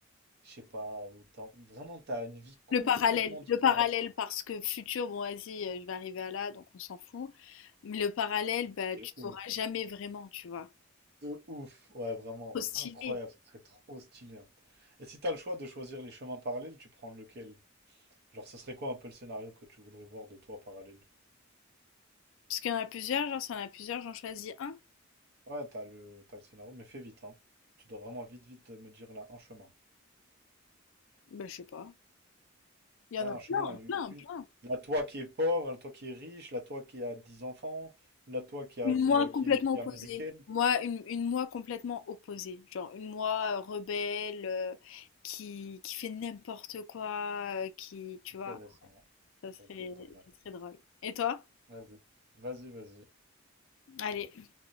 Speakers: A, on the right; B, on the left.
A: je sais pas, ou t'en- vraiment, t'as une vie complètement
B: Le parallèle,
A: différente.
B: le parallèle, parce que futur, bon, vas-y, euh, je vais arriver à là, donc on s'en fout. Mais le parallèle, bah,
A: De
B: tu
A: ouf.
B: sauras jamais vraiment, tu vois.
A: De ouf. Ouais, vraiment,
B: Trop stylé.
A: incroyable, ce serait trop stylé. hein. Et si t'as le choix de choisir les chemins parallèles, tu prends lequel? Genre, ce serait quoi un peu le scénario que tu voudrais voir de toi parallèle?
B: Parce qu'il y en a plusieurs, genre, s'il y en a plusieurs, j'en choisis un.
A: Ouais, t'as le, t'as le scénario, mais fais vite, hein. Tu dois vraiment vite, vite me dire là un chemin.
B: Bah, je sais pas. Il y en
A: Là,
B: a plein,
A: un chemin, une,
B: plein,
A: une-
B: plein.
A: la toi qui est pauvre, la toi qui est riche, la toi qui a 10 enfants, la toi qui a,
B: Une
A: qui
B: moi
A: a-
B: complètement
A: qui est, qui
B: opposée.
A: est américaine.
B: Moi, une, une moi complètement opposée. Genre une moi euh, rebelle, euh, qui, qui fait n'importe quoi, euh, qui, tu
A: Intéressant.
B: vois, ça serait,
A: Ok, pas mal.
B: ça serait drôle. Et toi?
A: Vas-y, vas-y, vas-y.
B: Allez.